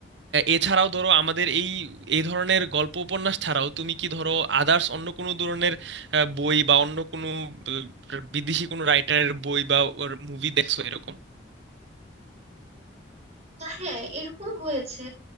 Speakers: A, on the right (about 65°); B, on the right (about 35°).
A: এছাড়াও ধরো আমাদের এই এই ধরনের গল্প উপন্যাস ছাড়াও তুমি কি ধরো আদার্স অন্য কোনো ধরনের আহ, বই বা অন্য কোনো আহ, বিদেশি কোনো রাইটারের বই বা মুভি দেখছো এরকম
B: তা হ্যাঁ এরকম হয়েছে